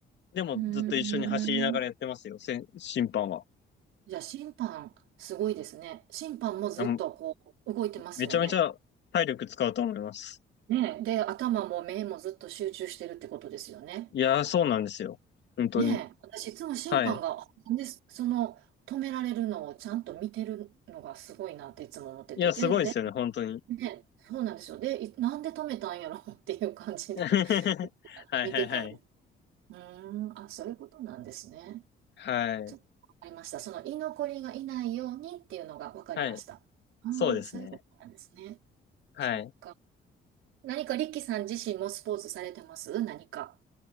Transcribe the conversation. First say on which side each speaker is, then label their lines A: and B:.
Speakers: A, on the left; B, on the right.
A: でもずっと一緒に走りながらやってますよ、
B: うーん。
A: せん審判は。
B: じゃあ審判、すごいですね。審判もずっとこう動いてますよね。
A: あの、めちゃめちゃ体力使うと思います。
B: ねえ。で、頭も目もずっと集中してるってことですよね。
A: いやー、そうなんですよ。本当に。
B: ねえ。私いつも審判が、
A: はい。
B: なんで、その止められるのをちゃんと見てるのがすごいなっていつも思ってて。
A: いや、
B: で、
A: すごいですよね、
B: で、
A: 本当に。
B: ねえ、そうなんですよ。で、いなんで止めたんやろ <laughs> っていう感じで
A: <laughs> は
B: <laughs> 見てたんです。
A: いはいはい。
B: うーん、あ、そういうことなんですね。
A: はい。
B: ちょっとわかりました。その居残りがいないようにっていうのがわかりました。
A: はい。
B: ああ、
A: そうですね。
B: そういうことなんですね。
A: はい。
B: そっか。何かリッキーさん自身もスポーツされてます何か。